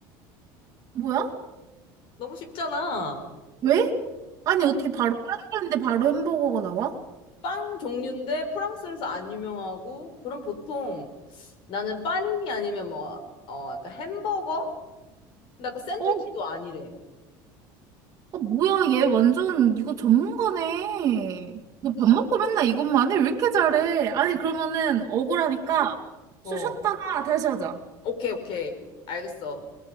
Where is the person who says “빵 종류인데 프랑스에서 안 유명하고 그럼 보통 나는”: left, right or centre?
Left